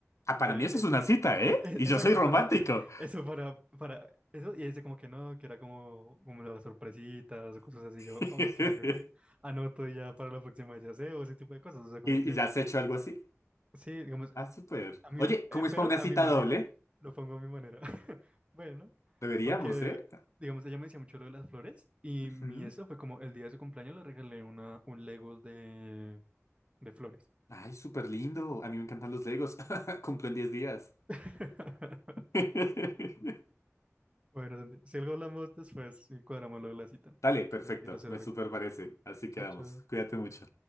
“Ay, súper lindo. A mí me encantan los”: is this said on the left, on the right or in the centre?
Left